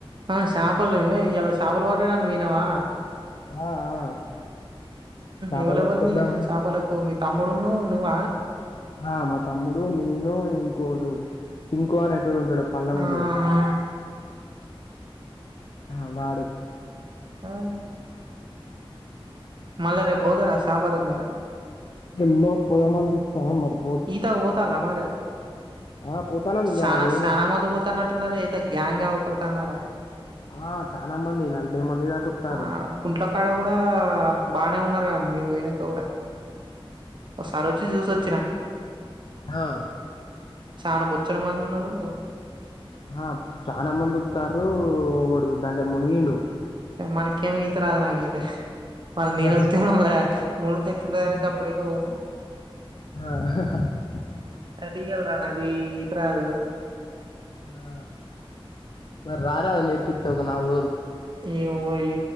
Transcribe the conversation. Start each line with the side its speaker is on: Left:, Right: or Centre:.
Right: ఆ చాపలు <unintelligible> చాపలు పట్టాడానికి పోయినవా
Left: ఆ ఆ చేపలు
Right: ఎవలు ఎవలు
Left: పట్టుకొద్దామని
Right: పోయింళ్ళు ఇవాళ చాపలకు మీ తమ్ముడును నువ్వ
Left: ఆ మా తమ్ముడు నేను ఇంకోడు ఇంకో అనేటోడు ఉంటాడు <unintelligible> ఉంటాడు
Right: ఆహా
Left: ఆ వాడు
Right: ఆ మళ్ళి రేపు పోతర చాపలకు మరి
Left: ఎమ్మో పొదమనీ చూస్తు <unintelligible>
Right: ఈతకు పోతల మరి
Left: ఆ పోతానం ఇయ్యాల
Right: శానా
Left: పోయినం
Right: శాన మంది పోతా అంటున్నార అయితే గ్యాంగ్ <unintelligible> పడుతుంది అడా
Left: ఆ చన మంది నలభై మంది దాక వత్తారు
Right: ఆ కుంట్ల కాడ కూడ బానే ఉన్నారు మీరు పోయినంక కూడ ఓసారి వచ్చి చూసోచ్చిన
Left: ఆ
Right: చన బొచ్చడు మంది ఉన్నారు
Left: ఆ చన మంది వత్తారు ఒకడు దానిలో మునిగిండు
Right: మనకేమో ఈత రాదు నాగతే మళ్ళ నేనొస్తే
Left: ఆహా
Right: మళ్ళ <unintelligible> అప్పుడేక పోత
Left: ఆ
Right: అ రల్రా నాకు ఈత రాదు
Left: ఆ మరి రారాదు నేర్పిస్తా ఒక నాలుగు రోజులు
Right: ఏమోయ్